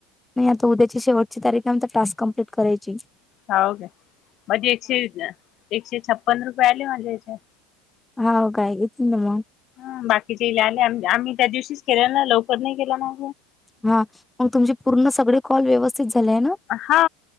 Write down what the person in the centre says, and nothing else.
नाही. आता उद्याची शेवटच्या तारीख, नंतर टास्क कम्प्लीट करायचे.
हावू का? <unintelligible> मग
हा मग तुमचे पूर्ण सगळे कॉल व्यवस्थित झाले आहे ना?